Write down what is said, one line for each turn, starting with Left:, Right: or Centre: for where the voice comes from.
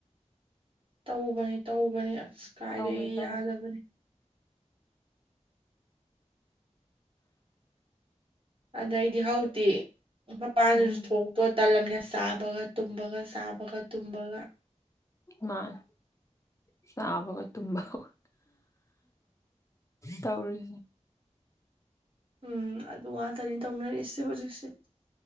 Right: ꯇꯧꯕꯅꯤ ꯇꯧꯕꯅꯤ ꯑꯁ ꯀꯥꯏꯗꯒꯤ
Left: ꯇꯧꯋꯦ ꯇꯧꯋꯦ
Right: ꯌꯥꯗꯕꯅꯤ ꯑꯗꯩꯗꯤ ꯍꯧꯛꯇꯤ ꯃꯄꯥꯟꯗꯁꯨ
Left: ꯎꯝ
Right: ꯊꯣꯛ ꯇꯣ ꯇꯥꯜꯂꯝꯅꯦ ꯆꯥꯕꯒ ꯇꯨꯝꯕꯒ ꯆꯥꯕꯒ ꯇꯨꯝꯕꯒ
Left: ꯃꯥꯅꯦ ꯆꯥꯕꯒ ꯇꯨꯝꯕꯒ ꯇꯧꯔꯤꯁꯤ
Right: ꯎꯝ ꯑꯗꯨ ꯉꯥꯇꯅꯤ ꯇꯧꯅꯔꯤꯁꯦ ꯍꯧꯖꯤꯛꯁꯦ